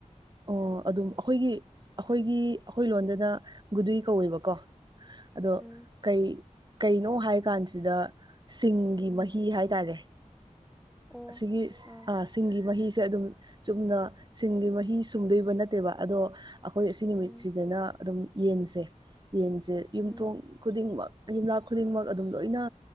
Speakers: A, on the right; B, in the centre.
A: ꯑꯣ ꯑꯗꯨꯝ ꯑꯩꯈꯣꯏꯒꯤ ꯑꯩꯈꯣꯏꯒꯤ ꯑꯩꯈꯣꯏ ꯂꯣꯟꯗꯅ ꯒꯨꯗꯨꯏ ꯀꯧꯋꯦꯕꯀꯣ ꯑꯗꯣ
B: ꯎꯝ ꯎꯝ
A: ꯀꯩ ꯀꯩꯅꯣ ꯍꯥꯏ ꯀꯥꯟꯁꯤꯗ ꯁꯤꯡꯒꯤ
B: ꯎꯝ
A: ꯃꯍꯤ ꯍꯥꯏꯇꯥꯔꯦ
B: ꯑꯣ
A: ꯑꯁꯤꯒꯤ
B: ꯑꯥ
A: ꯐ ꯁꯤꯡꯒꯤ ꯃꯍꯤꯁꯦ ꯑꯗꯨꯝ ꯆꯨꯝꯅ ꯁꯤꯡꯒꯤ ꯃꯍꯤ ꯁꯨꯝꯗꯣꯏꯕ ꯅꯠꯇꯦꯕ ꯑꯗꯣ ꯑꯩꯈꯣꯏ ꯑꯁꯤꯒꯤ ꯅꯨꯃꯤꯠꯁꯤꯗꯅ
B: ꯎꯝ
A: ꯑꯗꯨꯝ ꯌꯦꯟꯁꯦ ꯌꯦꯟꯁꯦ ꯌꯨꯝꯊꯣꯡ
B: ꯎꯝ
A: ꯈꯨꯗꯤꯡꯃꯛ ꯌꯨꯝꯂꯛ ꯈꯨꯗꯤꯡꯃꯛ ꯑꯗꯨꯝ ꯂꯣꯏꯅ